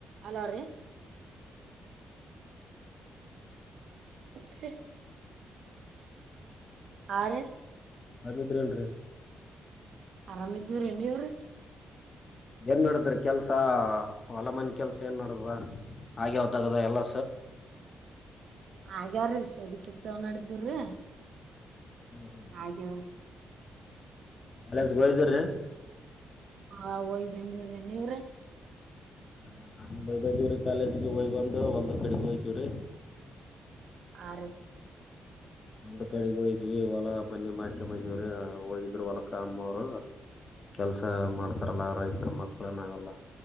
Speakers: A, on the right (about 75°); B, on the left (about 40°).
A: ಹಲೋ ರೀ ಹತ್ತ <inaudible> ಹಾರಿ
B: ಕರಮಿದ್ರನ್
A: ಆರಾಮ ಇದೀವ್ರ ನಿವ್ರಿ
B: ಏನ್ ನಡಿದ್ರಿ ಕೆಲ್ಸ ಹೊಲಮನೆ ಕೆಲ್ಸ ಏನ್ ನಡದ್ ಹಾಗೆಾವ್ದಾಗದ ಎಲ್ಲ
A: ಹಾಗ್ಯಾರೀಷ ಅದಕ್ಕವ ನಡಿದವ್ರೀ
B: ಹ್ಮ್ ಹ್ಮ್
A: ಹಾಗೆ
B: ಕಾಲೇಜ್ಗೆ ಹೋಯ್ದಿರಿ
A: ಹಾ ಹಯ್ ಬಂದಿವ್ರೆ ನೀವ್ರ
B: ಹಾ ನಾ ಬಯ್ ಬಂದೀವ್ರಿ ಕಾಲೇಜ್ಗೆ ಹಯ್ ಬಂದು್ ಹೊಲ್ದ ಕಡೆಗ್ ಹೋಗಯ್ತವ್ರಿ
A: ಆ
B: ಒಂದ ಕಡೆಗ ಹೋಯ್ವಿ ಇವಲ ಮನೆ ಮಾರಿಕೆ ಮಂರ ಹೋಗಿದ್ರು ಹೊಲಕ್ಕ ಅಮ್ಮವರು ಕೆಲ್ಸ ಮಾಡ್ತ. ಲ್ಲಾರ ಇತರ ಮಕ್ಕಳ ಏನ ಆಗಲ್ಲ